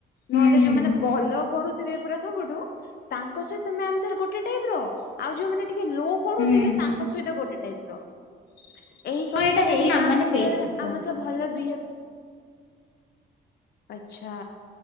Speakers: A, on the left; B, on the left.
A: ହୁଁ
B: ନହେଲେ
A: ହୁଁ
B: ଯୋଉମାନେ ଭଲ ପଢ଼ୁ ଥିବେ ପରା ସବୁଠୁ ତାଙ୍କ ସହିତ ମ୍ୟାମ ସାର ଗୋଟେ ଟାଇପ ର ଆଉ ଯୋଉମାନେ ଟି କେ ଲୋ ପଢ଼ୁଥିବେ
A: ହୁଁ। ହୁଁ
B: ତାଙ୍କ ସହିତ ଗୋଟେ ଟାଇପ ର। ଏଇ କଥା
A: ହଁ ଏଇଟା
B: ପାଇଁ
A: ହେଇ
B: ମ୍ୟାମ
A: ଆମେମାନେ
B: ଯେତେବେଳେ
A: ଫେସ୍ କରୁଛୁ
B: ଆମ ସହ ଭଲ ବିହେ ଆଚଛା